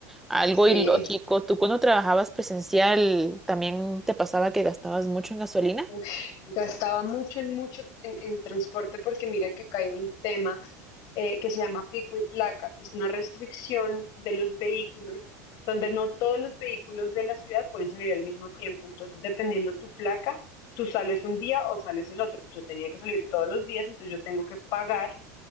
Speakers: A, in the centre; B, on the left.
A: algo
B: Sí.
A: ilógico. ¿Tú cuando trabajabas presencial también te pasaba que gastabas mucho en gasolina?
B: Uy, gastaba mucho en mucho en, en transporte porque mira que acá hay un tema eh, que se llama pico y placa, que es una restricción de los vehículos, donde no todos los vehículos de la ciudad pueden salir al mismo tiempo. Entonces, dependiendo tu placa, tú sales un día o sales el otro. Yo tenía que salir todos los días, entonces yo tengo que pagar